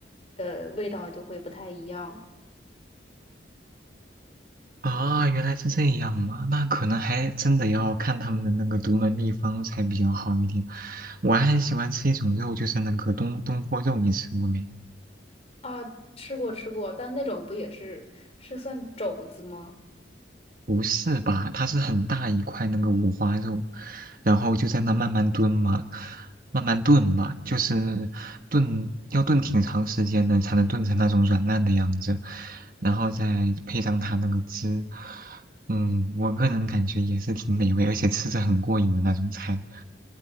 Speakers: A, on the left; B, on the right.
A: 呃味道就会不太一样
B: 啊，原来是这样嘛，那可能还真的要看他们的那个独门秘方才比较好一点。我还很喜欢吃一种肉，就是那个东东坡肉，你吃过没？
A: 啊。吃过吃过，但那种不也是是算肘子吗？
B: 不是吧？它是很大一块那个五花肉，然后就在那慢慢炖嘛，慢慢炖嘛，就是炖要炖挺长时间的，才能炖成那种软烂的样子，然后再配上它那个汁，嗯，我个人感觉也是挺美味，而且吃着很过瘾的那种菜。